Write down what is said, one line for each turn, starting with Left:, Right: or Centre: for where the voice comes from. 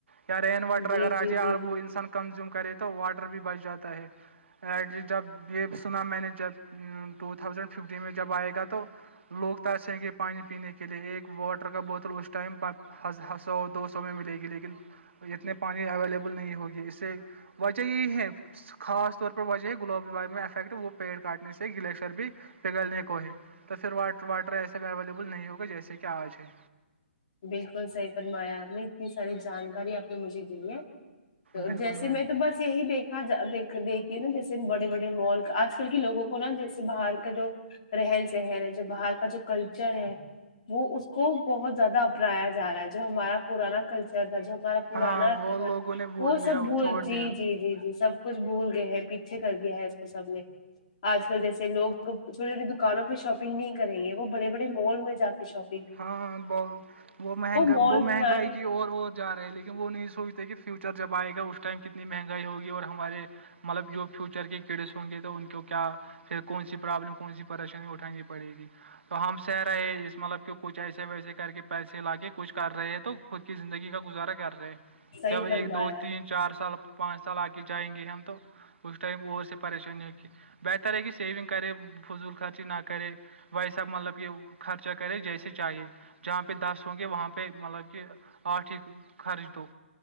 Right: یا رین واٹر
Left: جی
Right: اگر
Left: جی
Right: آ جائے
Left: جی جی
Right: وہ انسان کنزیوم کرے تو واٹر بھی بچ جاتا ہے ایٹ لیسٹ جب یہ سنا میں نے جب ٹو تھاؤزینڈ ففٹین میں جب آئے گا تو تو لوگ تو ایسے ہیں کہ پانی پینے کے لے ایک واٹر کا بوتل اس ٹائم سو دو سو میں ملے گی لیکن اتنے پانی اویلیبل نہیں ہوگی اس سے وجہ یہی ہے خاص طور پر وجہ ہے گلاب میں افیکٹ وہ پیڑ کاٹنے سے گلیشر بھی پگلنے کو ہے تو پھراٹ واٹر ایسے اویلیبل نہیں ہوگا جیسے کہ آج ہے
Left: بالکل صحیح فنمایا آپ نے اتنی ساری جانکاری آپ نے مجھے دی ہے تو
Right: بالکل
Left: جیسے
Right: میم
Left: میں تو بس یہی دیکھ ہاں دیک دیکھیے نا جیسے بڑے بڑے مال آج کل کے لوگوں کو نا جیسے باہر کا جو رہن سہن ہے جو باہر کا جو کلچر ہے وہ اس کو بہت زیادہ اپناایاا رہا ہے جو ہمارا پرانا کلچر تھا جو ہمارا پرانا
Right: ہاں وہ لوگوں نے بول
Left: وہ
Right: دیا
Left: سب ب
Right: چھوڑ دیا
Left: جی جی جی جی سب کچھ بھول گئے ہیں پیچھے کر دیا ہے اس کو سب نے آج کل جیسے لوگ چھوٹی چھوٹی دکانوں پہ شاپنگ نہیں کریں گے وہ بڑے بڑے مال میں جا کے شاپ
Right: ہاں ب وہ مہنگا
Left: مال
Right: وہ مہنگائی
Left: بنانے
Right: کی اور اور جا رہے ہیں لیکن وہ نہیں سوچتے کہ فیوچر جب آئے گا اس ٹائم کتنی مہنگائی ہوگی اور ہمارے مطلب جو فیوچر کے کیڈس ہوں گے تو ان کو کیا پھر کون سی پرابلم کون سی پریشانی اٹھانی پڑے گی تو ہم سےہ رہے ہیں اس مطلب کہ ایسے ویسے کر کے پیسے لا کے کچھ کر رہے تو خود کی زندگی کا گزارا کر تھ
Left: صحیح
Right: جب ایک
Left: فرمایا
Right: دو تین چار سال پانچ سال آ کے جائیں گے ہم تو تو اس ٹائم اور سے پریشانی ہو کی بیٹھ طرح کی سیونگ کرے فضول خرچی نہ کرے ویساب مطلب کہ خرچہ کرے جیسے چاہیے جہاں پہ دس ہوں گے وہاں پہ مطلب کہ آٹھ ہی خرچ دو